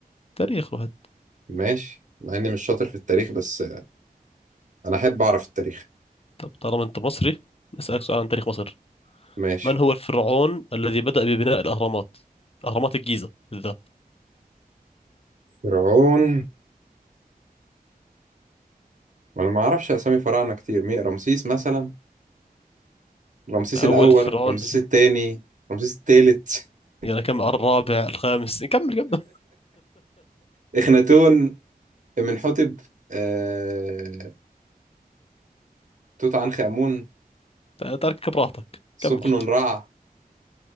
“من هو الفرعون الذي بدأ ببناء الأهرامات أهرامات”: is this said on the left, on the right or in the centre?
Left